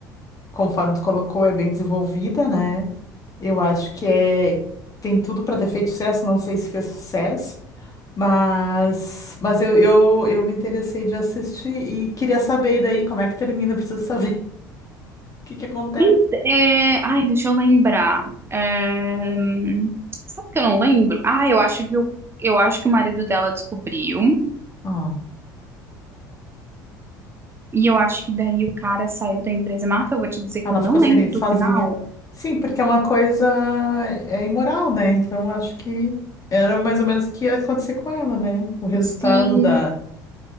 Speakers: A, on the left (about 35°); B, on the right (about 25°).
A: conforme tu colocou, é bem desenvolvida, né? Eu acho que é tem tudo para ter feito sucesso, não sei se fez sucesso, mas mas eu, eu, eu me interessei de assistir e queria saber e daí como é que termina, eu preciso saber <laughs> o que que acontece.
B: Ent- é, ai, deixa eu lembrar. É, sabe que eu não lembro? Ah, eu acho que o, eu acho que o marido dela descobriu.
A: Ah,
B: E eu acho que daí o cara saiu da empresa. Marta, eu vou te dizer que
A: ela
B: eu
A: ficou
B: não
A: sem
B: lembro
A: ele sozinha.
B: do final.
A: Sim, porque é uma coisa é imoral, né? Então acho que era mais ou menos o que ia acontecer com ela, né? O resultado
B: Sim,
A: da,